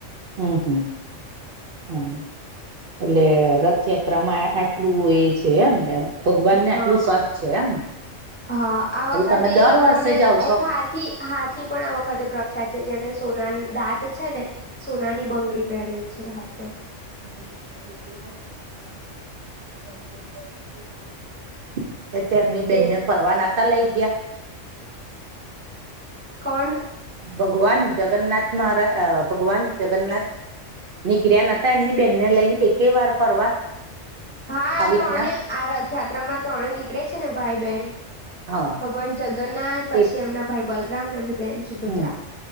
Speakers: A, on the right; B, on the left.
A: હમ્મ હમ્મ. હમ એટલે રથયાત્રામાં આટલું એ છે એમ ને. ભગવાન ને
B: હા
A: આટલું સત છે એમને.
B: હા આ વખતે
A: એટલે તમે દર
B: એ લોકોને
A: વર્ષે જાઓ છો
B: એક હાથી હાથી પણ આ વખતે પ્રખ્યાત છે જેને સોના દાંત છે ને સોનાની બંગડી પહેરેલી છે હાથ પર.
A: <inaudible> એ તો એમની બેનને
B: એ
A: ફરવા નાતા લઈ ગયા?
B: કોણ?
A: ભગવાન જગન્નાથ મહારા ભગવાન જગન્નાથ નીકર્યા નતા એમની બેનને લઈને એકે વાર ફરવા.
B: હા આ
A: આવી
B: ત્રણે
A: રીતના
B: આ રથયાત્રામાં ત્રણે નીકળે છે ને ભાઈ બેહેન.
A: હા
B: ભગવાન જગન્નાથ પછી
A: એ
B: એમના ભાઈ બલરામ એમની બેહેન સુભદ્રા
A: હમ